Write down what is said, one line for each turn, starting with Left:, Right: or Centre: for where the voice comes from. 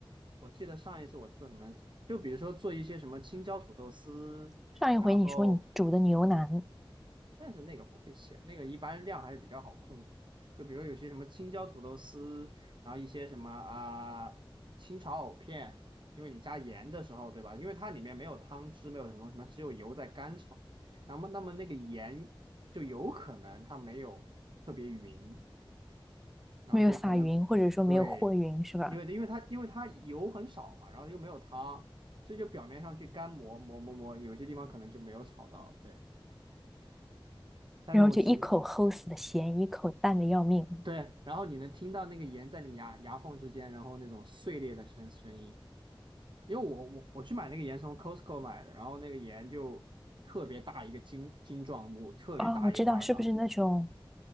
Right: 我记得上一次我做什么，就比如说做一些什么青椒土豆丝，
Centre: 上一回你说你煮的牛腩。
Right: 然后但是那个不会写，那个一般量还是比较好控制。就比如说有些什么青椒土豆丝，然后一些什么啊、清炒藕片，因为你加盐的时候，对吧？因为它里面没有汤汁，没有什么东西嘛，只有油在干炒。那么，那么那个盐就有可能它没有特别匀，然后就可能
Centre: 没有撒匀，或者说没有和匀，
Right: 对，
Centre: 是吧？
Right: 因为因为它因为它油很少嘛，然后又没有汤，所以就表面上去干磨磨磨磨，有些地方可能就没有炒到。对，但这种情。
Centre: 然后就一口齁死的咸，一口淡的要命。
Right: 对，然后你能听到那个盐在你牙牙缝之间，然后那种碎裂的声声音。因为我我我去买那个盐是从 Costco 买的，然后那个盐就特别大一个晶晶状物，特别大一块儿它
Centre: 啊！我知道，是不是那种